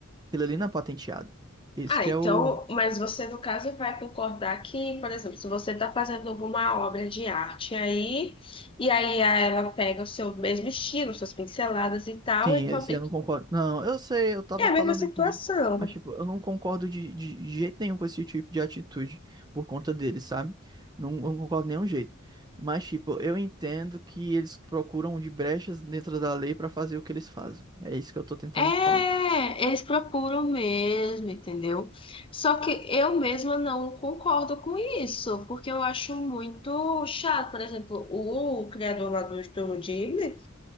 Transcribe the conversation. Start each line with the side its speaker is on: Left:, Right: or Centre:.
Right: Aquilo ali não é patenteado. Esse
Left: Ah,
Right: que
Left: então,
Right: é o,
Left: mas você, no caso, vai concordar que, por exemplo, se você está fazendo alguma obra de arte aí, e aí ela pega o seu mesmo estilo, suas pinceladas e tal,
Right: Sim,
Left: e com-
Right: esse
Left: e
Right: eu não concordo. Não, eu sei, eu tava
Left: é a
Right: falando
Left: mesma situação.
Right: isso, mas, mas, tipo, eu não concordo de, de jeito nenhum com esse tipo de atitude por conta deles, sabe? Não, eu não concordo de nenhum jeito. Mas, tipo, eu entendo que eles procuram de brechas dentro da lei pra fazer o que eles fazem. É isso que eu tô tentando
Left: É,
Right: falar.
Left: eles procuram mesmo, entendeu? Só que eu mesma não concordo com isso, porque eu acho muito chato. Por exemplo, o criador lá do Estúdio Ghibli,